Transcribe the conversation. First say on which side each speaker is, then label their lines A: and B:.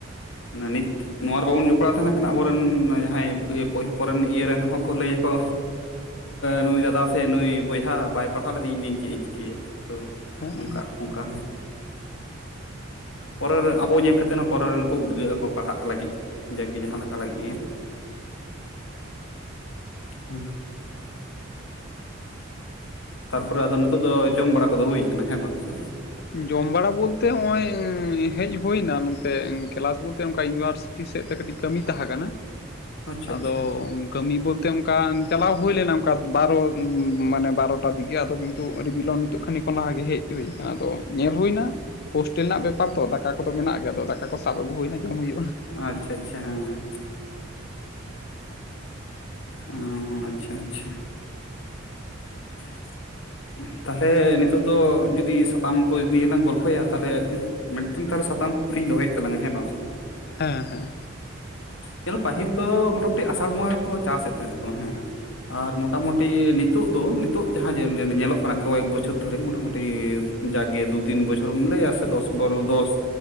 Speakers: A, on the left (about 65°); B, on the left (about 50°).
A: ᱢᱟᱱᱮ ᱱᱤᱛ ᱱᱚᱣᱟ ᱨᱮ ᱵᱟᱵᱚᱱ ᱡᱚᱯᱲᱟᱣ ᱛᱟᱦᱮᱱ ᱠᱷᱟᱱ ᱟᱵᱚᱨᱮᱱ ᱡᱟᱦᱟᱸᱭ <inaudible> ᱯᱚᱨᱮᱱ ᱤᱭᱟᱹᱮᱱ ᱦᱚᱸᱼᱼ ᱠᱚ ᱞᱟᱹᱭ ᱟᱠᱚ ᱱᱩᱭ ᱫᱟᱫᱟ ᱥᱮ ᱱᱩᱭ ᱵᱚᱭᱦᱟ ᱵᱟᱭ ᱯᱟᱲᱦᱟᱣ ᱞᱮᱫᱤᱫᱤᱧ ᱤᱧᱫᱚ ᱪᱮᱫ ᱤᱧ ᱪᱤᱠᱟᱹᱭᱟ ᱱᱤᱛᱚᱜ
B: ᱦᱮᱸ
A: ᱚᱱᱠᱟ ᱚᱱᱠᱟᱱ ᱯᱚᱨᱮ ᱨᱮ ᱟᱵᱚ ᱧᱮᱞ ᱠᱟᱛᱮᱫ ᱦᱚᱸ ᱯᱚᱨᱮ ᱨᱮᱱ ᱠᱚ ᱩᱫᱽᱜᱟᱹᱜ ᱟᱠᱚ ᱯᱟᱲᱦᱟᱜ ᱞᱟᱹᱜᱤᱫ᱾ ᱡᱟᱜ ᱜᱮ ᱡᱟᱦᱟᱸ ᱞᱮᱠᱟ ᱞᱟᱹᱜᱤᱫ ᱜᱮᱭᱟ <unintelligible> ᱦᱮᱸ ᱛᱟᱨᱯᱚᱨᱮ ᱟᱫᱚ ᱱᱤᱛᱚᱜ ᱫᱚ ᱡᱚᱢ ᱵᱟᱲᱟ ᱠᱚᱫᱚ ᱦᱩᱭ ᱟᱠᱟᱱᱟ ᱦᱮᱸ ᱵᱟᱝ ᱥᱮ?
B: ᱡᱚᱢ ᱵᱟᱲᱟ ᱵᱚᱞᱛᱮ ᱱᱚᱜ ᱚᱭ ᱦᱮᱡ ᱦᱩᱭ ᱮᱱᱟ ᱱᱚᱛᱮ ᱠᱮᱞᱟᱥ ᱵᱚᱞᱛᱮ ᱚᱱᱠᱟ ᱤᱭᱩᱱᱤᱵᱷᱟᱨᱥᱤᱴᱤ <unintelligible> ᱴᱤ ᱥᱮᱫ ᱛᱮ <inaudible> ᱠᱟᱹᱴᱤᱡ ᱠᱟᱹᱢᱤ ᱛᱟᱦᱮᱸ ᱠᱟᱱᱟ।
A: <inaudible>
B: ᱟᱫᱚᱻ
A: ᱟᱪᱪᱷᱟ
B: ᱠᱟᱹᱢᱤ ᱵᱚᱞᱛᱮ ᱚᱱᱠᱟ ᱪᱟᱞᱟᱣ ᱦᱩᱭ ᱞᱮᱱᱟ ᱚᱱᱠᱟ ᱵᱟᱨᱚ ᱢᱟᱱᱮ ᱵᱟᱨᱚᱴᱟ ᱫᱤᱠᱜᱮ ᱟᱫᱚ ᱠᱤᱱᱛᱩ ᱟᱹᱰᱤ ᱵᱤᱞᱚᱱ ᱱᱤᱛᱚᱜ ᱼ ᱛᱟᱱᱤ <unintelligible> ᱠᱚ ᱞᱟᱦᱟ ᱜᱮ ᱦᱮᱡ ᱦᱩᱭᱩ ᱟᱠᱟᱱᱟ ᱟᱫᱚ ᱼ ᱧᱮᱞ ᱦᱩᱭ ᱮᱱᱟ ᱦᱚᱥᱴᱮᱞ ᱨᱮᱱᱟᱜ ᱵᱮᱯᱟᱨ ᱛᱚ ᱫᱟᱠᱟ ᱠᱚᱫᱚ ᱢᱮᱱᱟᱜ ᱜᱮᱭᱟ ᱟᱫᱚ ᱫᱟᱠᱟ ᱠᱚ ᱥᱟᱵ ᱟᱹᱜᱩ ᱦᱩᱭᱱᱟ ᱡᱚᱢ ᱦᱩᱭᱩᱜᱼᱟ।
A: ᱟᱪ ᱪᱷᱟ ᱟᱪ ᱪᱷᱟ ᱦᱮᱸ ᱦᱚᱸ ᱟᱪ ᱪᱷᱟ ᱟᱪ ᱪᱷᱟ ᱦᱮᱸ <inaudible> ᱛᱟᱦᱚᱞᱮ ᱱᱤᱛᱚᱜ ᱫᱚ ᱡᱩᱫᱤ ᱥᱟᱛᱟᱢ ᱠᱚ ᱱᱤᱭᱟᱹᱞᱟᱝ ᱜᱚᱞᱯᱚᱭᱟ ᱛᱟᱦᱚᱞᱮ ᱼ ᱢᱤᱫᱴᱟᱝ ᱛᱟᱦᱚᱞᱮ ᱥᱟᱛᱟᱢ ᱠᱩᱠᱞᱤᱧ ᱫᱚᱦᱚᱭᱮᱫ ᱛᱟᱞᱟᱝᱟ ᱦᱮᱸ ᱵᱟᱝ?
B: ᱦᱮᱸ ᱦᱮᱸ
A: ᱧᱮᱞᱚ <inaudible> ᱯᱟᱹᱦᱤᱞ ᱫᱚ ᱢᱚᱴᱟᱢᱚᱴᱤ ᱟᱥᱟᱲ ᱵᱚᱸᱜᱟ ᱜᱮᱠᱚ ᱪᱟᱥᱮᱫ ᱛᱟᱦᱮᱸᱫ ᱠᱚ ᱦᱮᱸ। ᱟᱨ ᱢᱚᱴᱟᱢᱚᱴᱤ ᱱᱤᱛᱚᱜ ᱫᱚ ᱼ ᱱᱤᱛᱚᱜ ᱡᱟᱦᱟᱸ ᱡᱮ ᱧᱮᱞᱚᱜ ᱠᱟᱱᱟ ᱠᱚᱭᱮᱠ ᱵᱚᱪᱷᱚᱨ ᱫᱷᱚᱨᱮ ᱢᱚᱴᱟᱢᱚᱴᱤ ᱡᱟᱠ ᱜᱮ ᱫᱩᱛᱤᱱ ᱵᱚᱪᱷᱚᱨ ᱼ ᱵᱚᱪᱷᱚᱨ ᱮᱢ <inaudible> ᱞᱟᱹᱭᱟ ᱥᱮ ᱫᱚᱥ ᱵᱟᱨ ᱫᱚᱥ